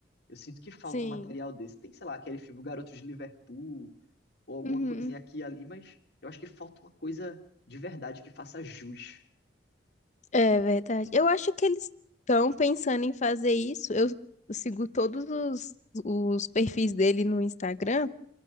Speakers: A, on the left; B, on the left.
A: Eu sinto que falta
B: Sim.
A: um material desse. Tem, sei lá, aquele filme O Garoto de Liverpool, ou alguma
B: Uhum.
A: coisinha aqui e ali, mas eu acho que falta uma coisa de verdade que faça jus.
B: É verdade. Eu acho que eles estão pensando em fazer isso. Eu eu sigo todos os, os perfis dele no Instagram